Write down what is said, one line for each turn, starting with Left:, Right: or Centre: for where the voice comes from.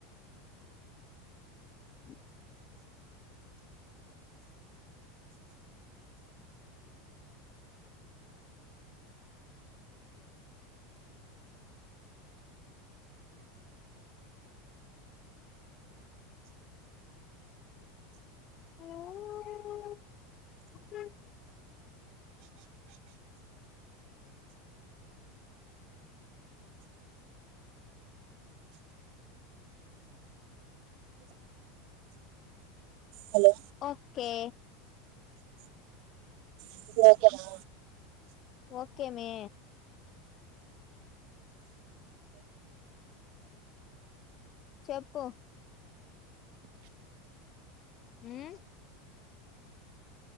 Left: అ ఆ <unintelligible>
Right: హలో
Left: ఓకే
Right: ఇప్పుడు ఓకేనా
Left: ఓకే మ్మి చెప్పు హ్